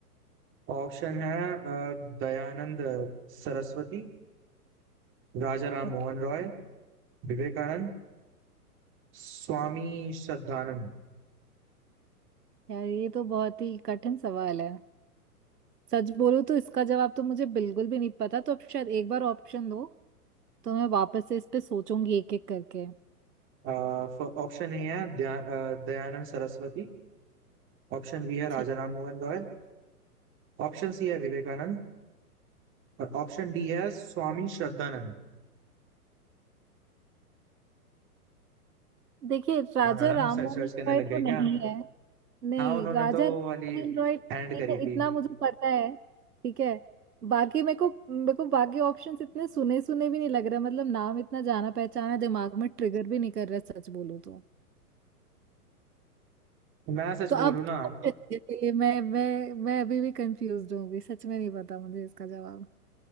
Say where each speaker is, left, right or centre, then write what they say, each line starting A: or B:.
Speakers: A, on the right (about 25°); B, on the right (about 85°).
A: ऑप्शन है अ, दयानंद सरस्वती राजा राम
B: ओके
A: मोहन रॉय विवेकानंद स्वामी श्रद्धानंद
B: यार ये तो बहुत ही कठिन सवाल है सच बोलूं तो इसका जवाब तो मुझे बिल्कुल भी नहीं पता तो आप शायद एक बार ऑप्शन दो तो मैं वापस से इस पे सोचूंगी एक एक करके
A: ऑप्शन ए है दया- अ, दयानंद सरस्वती ऑप्शन बी है राजा
B: ठीक
A: राम मोहन रॉय ऑप्शन सी है विवेकानंद और ऑप्शन डी है स्वामी श्रद्धानंद
B: देखिए राजा
A: हाँ मैडम
B: राम
A: सर्च
B: मोहन
A: वर्च करने
B: रॉय
A: लग
B: तो
A: गए क्या
B: नहीं है नहीं
A: हाँ उन्होंने
B: राजा
A: तो
B: राममोहन
A: वाली
B: रॉय नहीं
A: हैंड करी
B: है
A: थी
B: इतना मुझे पता है ठीक है बाकी मेरे को मेरे को बाकी ऑप्शंस इतने सुने सुने भी नहीं लग रहा मतलब नाम इतना जाना पहचाना दिमाग में ट्रिगर भी नहीं कर रहा सच बोलूं तो
A: मैं सच
B: तो अब
A: बोलूं ना
B: <laughs> लिए मैं मैं मैं अभी भी कंफ्यूज हूँ अभी सच में नहीं पता मुझे इसका जवाब